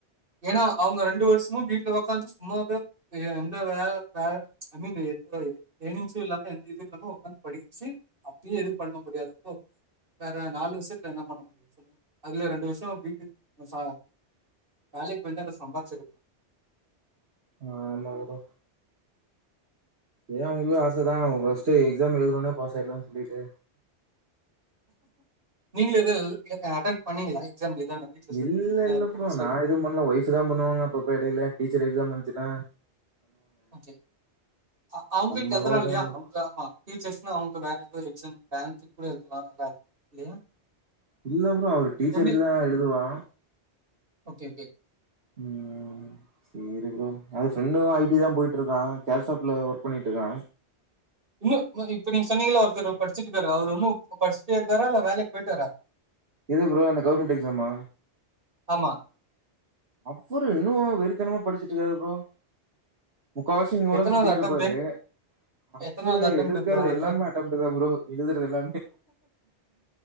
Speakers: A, on the right (about 50°); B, on the right (about 65°).
A: ஏன்னா அவங்க ரெண்டு வருஷ் சும்மா வீட்ல ஒக்காந்து சும்மாவே து எந்த வே வே ஐ மீன் எந்த எய்ம்ஸு இல்லாம எந்த இது இல்லாம உக்காந்து படிச்சு அப்டியே எது பண்ண முடியாது அப்போ வேற நாலு வருஷத்துல என்ன பண்ண முடிய சொல்லு அதுல ரெண்டு வருஷ வீட்டு ச வேலைக்கு வந்து அத சம்பாதிச்சுருக்கலா
B: ஆமா ப்ரோ ஏன் அவங்களுக்கு ஆசதா ஃபஸ்ட் எக்ஸாம் எழுதனவுடனே பாஸ் ஆயிரலான்னு சொல்லிட்டு
A: நீங்களு இது இத அட்டெண்ட் பண்ணீங்களா எக்ஸாம் எதுனா வீட்ல சொல்லி,
B: இல்ல இல்ல
A: ஃப்ரெண்ட்ஸ்
B: ப்ரோ
A: சொல்லி?
B: நா எதுவு பண்ணல ஒய்ஃப்தா பண்ணுவாங்க அப்பப்போ எடையில டீச்சர் எக்ஸாம் வந் துச்சுனா
A: ஓகே அ அவுங்க
B: நம்மளா
A: எழுதுல
B: எதுவும்
A: இல்லையா அவுங்க ஆமா டீச்சர்ஸ்னா அவங்க வேற எது எக்ஸாம் பேங்க்கு கூட எழுதலா எல்லா இல்லையா
B: இல்ல ப்ரோ அவ டீச்சருக்குதா
A: எப்படி?
B: எழுதுவா
A: ஓகே ஓகே
B: உம் சேரி ப்ரோ அது ஃப்ரெண்டும் ஐ டி தா போயிட்ருக்கா கேர்ஷாஃப்ட்ல ஒர்க் பண்ணிட்ருக்கா
A: இன்னு இன்னு இப்ப நீங்க சொன்னீங்கல்ல ஒருத்தரு படிச்சுட்டு இருக்காரு அவரு இன்னு படிச்சுட்டே இருக்காரா இல்ல வேலைக்கு போயிட்டாரா
B: எது ப்ரோ அந்த கவுர்மெண்ட் எக்ஸாமா
A: ஆமா.
B: அவரு இன்னு வெறித்தனமா படிச்சுட்டு இருக்காரு ப்ரோ முக்காவாசி எங்கூடதா
A: எத்தனாவது
B: சுத்திட்டு
A: அட்டெம்ப்ட்?
B: இருப்பாரு அவரு
A: எத்தனாவது அட்டெம்ப்ட்
B: எடுக்கறது
A: இப்ப அவருக்கு?
B: எல்லாமே அட்டம்ட்டுதா ப்ரோ எழுதுறது எல்லாமே